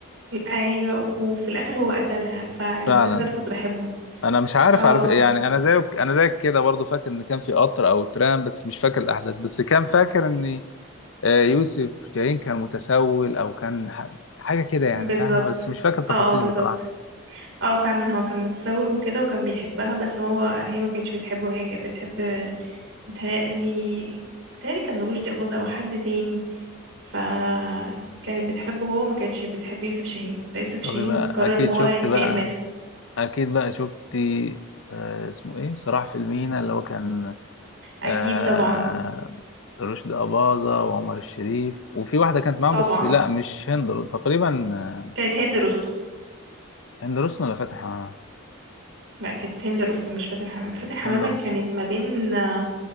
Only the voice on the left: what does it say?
فعلا
انا مش عارف
عارف يعني انا زيك انا زيك كده برضو فاكر ان كان في قطر او ترام بس مش فاكر الاحداث بس كان فاكر ان آه، يوسف شاهين كان متسول او كان ح- حاجه كده يعني
فاهمه بس مش فاكر تفاصيل
بصراحه
طب يبقى
اكيد
شفت
بقى
اكيد بقى شفتي آه، اسمه ايه صراع في المينا اللي هو كان
آه،
رشدي اباظه وعمر الشريف وفي واحده كانت معاهم
بس لا مش هند تقريبا آه،
هند رستم ولا فاتن حمامه
هند رستم